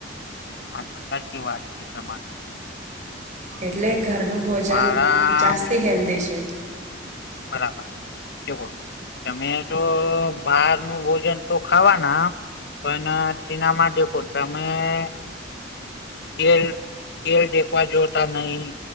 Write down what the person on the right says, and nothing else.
એટલે ઘરનું ભોજન
જાસ્તી હેલ્ધી છે.